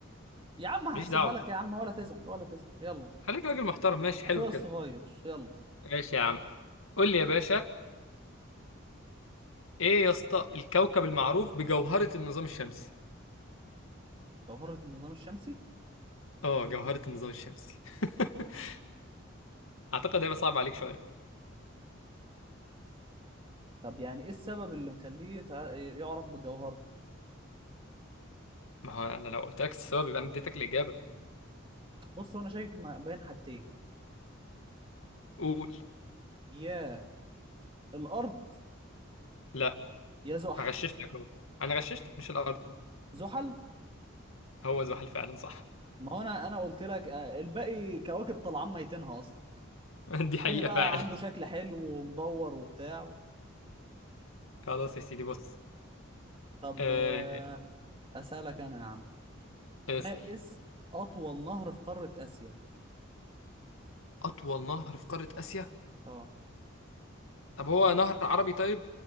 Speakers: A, on the right; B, on the left.
A: يا عم هحسبها
B: ماليش دعوه
A: لك يا عم ولا تزعل ولا تزعل يلا
B: خليك راجل محترم ماشي
A: اخويا
B: حلو كده
A: الصغير يلا
B: ماشي يا عم قول لي يا باشا ايه يا اسطى الكوكب المعروف بجوهره النظام الشمسي
A: جوهره النظام الشمسي
B: اه جوهره النظام الشمسي <laughs> اعتقد هيبقى صعب عليك شويه
A: طب يعني ايه السبب اللي مخليه يتع- يعرف بالجوهره
B: ما هو انا لو قلت لك السبب يبقى انا اديتك الاجابه
A: بص هو انا شاكك ما- بين حاجتين
B: قول
A: يا الارض
B: لا
A: يا زحل
B: غششتك اهو انا غششتك مش الارض
A: زحل
B: هو زحل فعلا صح
A: ما هو انا انا قلت لك آه، الباقي كواكب طالعان ميتينها اصلا
B: <laughs> دي
A: التاني
B: حقيقه
A: بقى
B: فعلا
A: عنده شكل حلو ومدور وبتاع
B: خلاص يا سيدي بص
A: طب
B: آه،
A: آه، اسالك انا يا عم
B: اسال
A: ما اسم اطول نهر في قارة اسيا
B: اطول نهر في قاره اسيا
A: اه
B: طب هو نهر عربي طيب